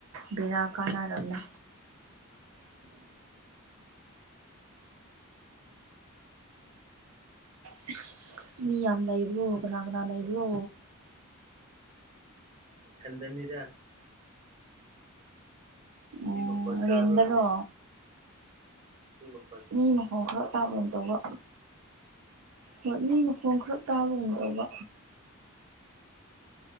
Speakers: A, on the right; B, on the right.
A: ꯕꯤꯔꯥ ꯀꯥꯟꯅꯔꯝꯃꯦ ꯑꯁ ꯃꯤ ꯌꯥꯝ ꯂꯩꯕ꯭ꯔꯣ ꯀꯅꯥꯒꯅꯥ ꯂꯩꯕ꯭ꯔꯣ
B: ꯈꯟꯗꯅꯤꯗ
A: ꯎꯝ
B: ꯃꯤ ꯃ ꯐꯣꯟ ꯇ
A: ꯔꯦꯟꯗꯔꯣ
B: ꯍꯥꯏꯕꯣꯅꯦ ꯏꯕ
A: ꯃꯤ ꯃ ꯐ ꯇꯥꯕꯒꯨꯝ ꯇꯧꯕ ꯍꯠ ꯃꯤ ꯃꯈꯣꯡ ꯈꯔ ꯇꯥꯕꯒꯨꯝ ꯇꯧꯕ